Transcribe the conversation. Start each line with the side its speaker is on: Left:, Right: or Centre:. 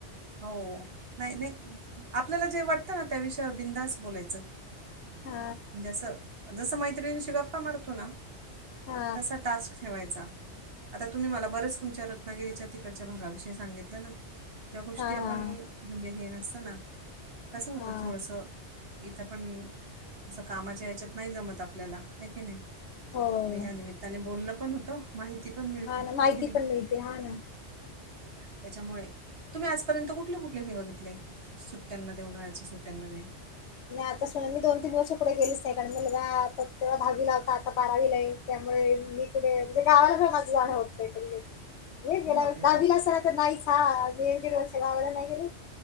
Right: हो नाही नाही आपल्याला जे वाटतं ना त्या विषयावर बिंधास्त बोलायचं
Left: हा
Right: म्हणजे असं जस मैत्रिणींशी गप्पा मारतो ना
Left: हा
Right: तसा टास्क ठेवायचा. आता तुम्ही मला बरेच तुमच्या रत्नागिरीच्या तिकडच्या भागाविषयी सांगितलं ना. ज्या गोष्टी
Left: हा
Right: आपण
Left: हा
Right: म्हणजे हे नसत ना कसं होतं
Left: हा
Right: थोडस इथं पण असं कामाच्या हेच्यात नाही जमत आपल्याला हे कि नाही.
Left: हो
Right: मग या निमित्ताने बोललं पण होतं. माहिती पण मिळते
Left: हा ना माहिती
Right: हे की नाही
Left: पण मिळते हा ना
Right: त्याच्यामुळे तुम्ही आजपर्यंत कुठले कुठले हे बघितले सुट्टयांमध्ये उन्हाळ्या सुट्टयांमध्ये
Left: मी आता <unintelligible> दोन तीन वर्षात कुठे गेलीच नाही कारण मुलगा आता दहावीला आता बारावीला त्यामुळे मी माझं गावाला काय माझं जाणं होत नाही. कधी.
Right: <inaudible>
Left: हे गेल्यावर्षी
Right: बापरे
Left: दहावीला
Right: फार
Left: असला तर नाहीच हा एक दीड वर्ष गावाला नाही गेले